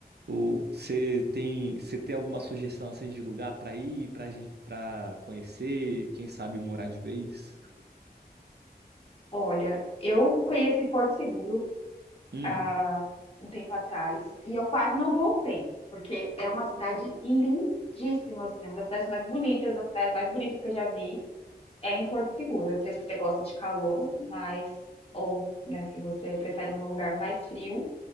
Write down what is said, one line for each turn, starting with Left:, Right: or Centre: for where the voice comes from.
Right: o, você tem, você tem alguma sugestão assim de lugar para ir, para para conhecer, quem sabe morar de vez?
Left: Olha, eu conheci Porto Seguro,
Right: Hum,
Left: ah, um tempo atrás e eu quase não voltei, porque é uma cidade lindíssima, assim, é uma das cidades mais bonitas, das praias mais bonitas que eu já vi. É em Porto Seguro. Eu não sei se você gosta de calor, mas ou, né, se você prefere um lugar mais frio,